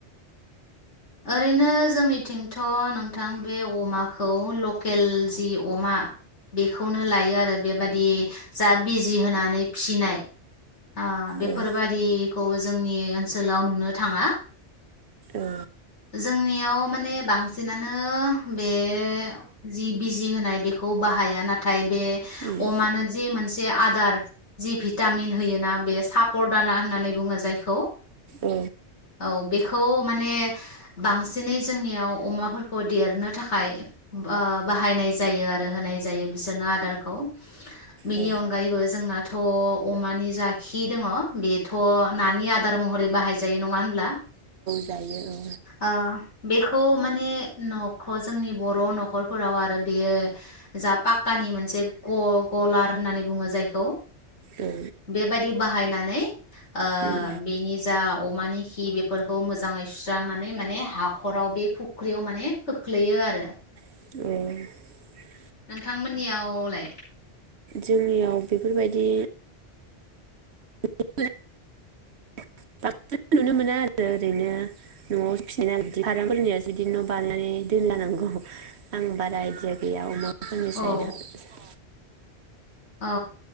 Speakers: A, on the left; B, on the right.
A: ओरैनो जोंनिथिंथ' नोंथां बे अमाखौ ल केल जि अमा खौनो लायो आरो बेबादि जा बिजि होनानै फिसिनाय आ बेफोरबादि
B: औ
A: खौ जोंनि ओनसोलाव नुनो थाङा
B: औ
A: जोंनियाव माने बांसिनानो बे जि बिजि होनाय बेखौ बाहाया ना थाय बे
B: उम
A: अमानो जि मोनसे आदार जि भिटामिन होयोना बेस सापर दाना होननानै बुङो जायखौ
B: औ
A: औ बे खौ माने बांसिनै जोंनियाव अमाफोरखौ देरनो थाखाय ब ओ बाहायनाय जायो आरो होनाय जायो बिस जोनो आदारखौ बिनि
B: औ
A: अनगायैबो जोंनाथ' अमानि जाखि दङ बे थ' नानि आदार महरै बाहायजायो नङा होनब्ला
B: जायो औ
A: ओ बेखौ माने न'ख जोंनि बर' न'खरफोराव आरो बेयो जा पा कानि मोनसे ग-गलार होननानै बुङो जायखौ
B: औ
A: बेबायदि बाहायना नै ओ
B: उम
A: बेनि जा मानि खि बेफोर खौ मोजाङै सुस्रांनानै माने हा हराव बे फुख्रियाव माने खोख्लैयो आरो
B: <inaudible>
A: नोंथांमोननियावलाय
B: जोंनियाव बेफोरबायदि <unintelligible> बाथ नुनो मोना आरो ओरैनो नआव फिनाय बिदि खारामफोरनि बिदि न बानायनानै दोनलानांगौ आं बारा आइदिया गैया अमा <unintelligible>
A: औ औ